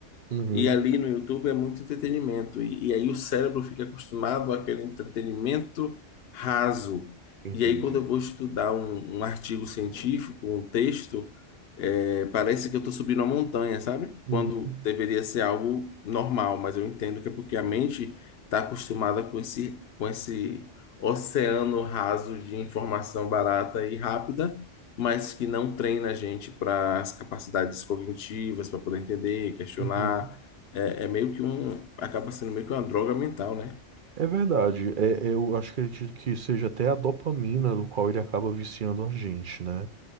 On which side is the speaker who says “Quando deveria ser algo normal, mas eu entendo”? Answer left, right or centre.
Left